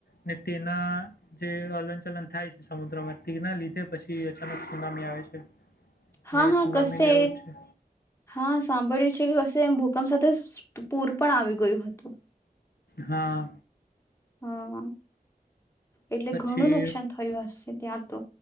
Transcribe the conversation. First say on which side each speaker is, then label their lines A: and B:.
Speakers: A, on the left; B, on the left.
A: ને તેના જે હલન ચલન થાય છે સમુદ્રમાં તેના લીધે પછી અચાનક સુનામી આવે છે.
B: હા-હા
A: ને સુનામીને
B: કસે
A: એવું જ છે
B: હા સાંભળ્યું છે કે વર્ષે એમ ભૂકંપ સાથે પૂર પણ આવી ગયું હતું.
A: હા.
B: હા એટલે
A: પછી
B: ઘણું નુકસાન થયું હશે ત્યાં તો.